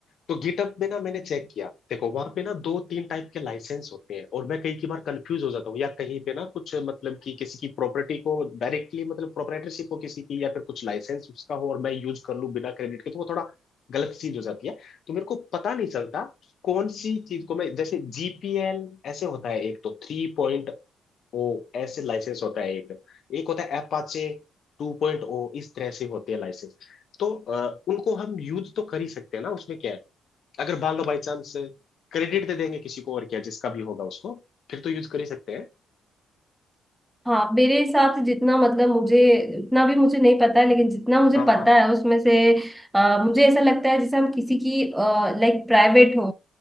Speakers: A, on the left; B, in the centre.
A: तो गिटअप में ना मैंने चेक किया देखो वहां पे ना दो तीन टाइप के लाइसेंस होते हैं और मैं कई की बार कंफ्यूज हो जाता हूँ या कहीं पे ना कुछ मतलब कि किसी की प्रॉपर्टी को डायरेक्टली मतलब प्रोपराइटरशिप हो किसी की या फिर कुछ लाइसेंस उसका हो और मैं यूज कर लूँ बिना क्रेडिट के तो वो थोड़ा गलत चीज हो जाती है तो मेरे को पता नहीं चलता कौन सी चीज को मैं जैसे जीपीएल ऐसे होता है एक तो थ्री पॉइंट ओ ऐसे लाइसेंस होता है एक एक होता है एपाचे टू पॉइंट ओ इस तरह से होते हैं लाइसेंस तो अ, उनको हम यूज तो कर ही सकते हैं ना उसमें क्या है अगर मान लो बाई चांस क्रेडिट दे देंगे किसी को और क्या जिसका भी होगा उसको फिर तो यूज कर ही सकते हैं
B: हाँ मेरे हिसाब से जितना मतलब मुझे उतना भी मुझे नहीं पता है लेकिन जितना मुझे
A: हाँ
B: पता
A: हाँ
B: है उसमें से अ, मुझे ऐसा लगता है जैसे हम किसी की लाइक प्राइवेट हो